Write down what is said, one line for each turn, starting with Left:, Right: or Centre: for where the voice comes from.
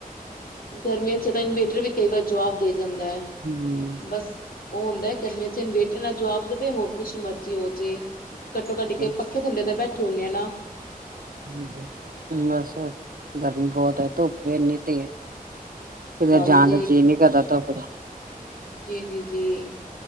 Left: ਗਰਮੀ ਛਡ ਤਾਂ ਇਨਵੇਰਟਰ ਵੀ ਕਈ ਵਾਰ ਜਵਾਬ ਦੇ ਜਾਂਦਾ ਹੈ
Right: ਹਮ
Left: ।ਬਸ ਉਹ ਹੁੰਦਾ ਗਰਮੀਆਂ ਚ ਇਨਞੇਟਰ ਨਾਲ ਜਵਾਬ ਦੇਵੇ ।ਹੋਰ ਕੁਛ ਮਰਜ਼ੀ ਹੋ ਜੇ ਘੱਟੇ- ਘੱਟ ਕੇ
Right: ਬਸ
Left: ਪੱਖੇ ਥੇ ਬੈਠ ਇਕੱਠੇ ਹੁੰਦੇਆ ਨਾ
Right: <inaudible> ਬਹੁਤ ਹੈ। ਧੁੱਪ ਵੀੇ ਇਨੀ ਤੇ ਕਿਤੇ
Left: ਹਾਂਜੀ।
Right: ਜਾਣ ਦਾ ਜੀਅ ਨੀ ਕਰਦਾ ਧੁੱਪ
Left: ਜੀ- ਜੀ -ਜੀ